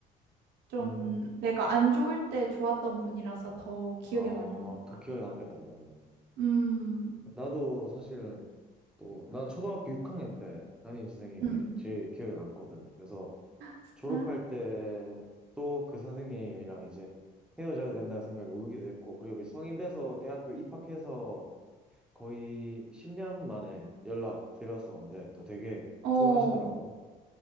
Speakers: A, on the right; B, in the centre.
A: 좀
B: 음,
A: 내가 안 좋을 때 좋았던 분이라서 더 기억에
B: 어,
A: 많이 남는 것
B: 더 기억에
A: 같아.
B: 남겠다, 그러면.
A: 음,
B: 나도 사실 또, 난 초등학교 6학년 때 담임 선생님이
A: 음,
B: 제일 기억에 남거든. 그래서
A: 진짜?
B: 졸업할 때 또 그 선생님이랑 이제 헤어져야 된다는 생각에 울기도 했고, 그리고 성인 돼서 대학교 입학해서 거의 10년 만에 연락 드렸었는데, 또 되게
A: 어, 어.
B: 좋아하시더라고.